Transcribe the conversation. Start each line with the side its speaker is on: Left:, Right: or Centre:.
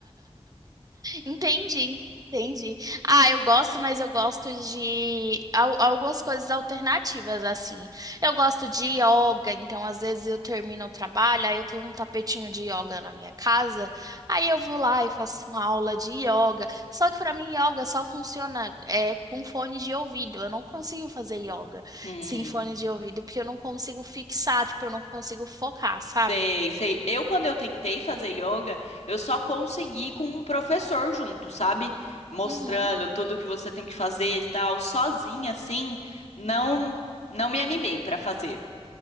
Right: Entendi, entendi. Ah, eu gosto, mas eu gosto de al- algumas coisas alternativas, assim. Eu gosto de yoga, então às vezes eu termino o trabalho, aí eu tenho um tapetinho de yoga na minha casa, aí eu vou lá e faço uma aula de yoga. Só que pra mim, yoga só funciona é, com fone de ouvido. Eu não consigo fazer yoga
Left: Hum.
Right: sem fone de ouvido, porque eu não consigo fixar, tipo, eu não consigo focar, sabe?
Left: Sei, sei. Eu, quando eu tentei fazer yoga, eu só consegui com um professor junto, sabe? Mostrando
Right: Uhum.
Left: tudo que você tem que fazer e tal. Sozinha, assim, não, não me animei pra fazer.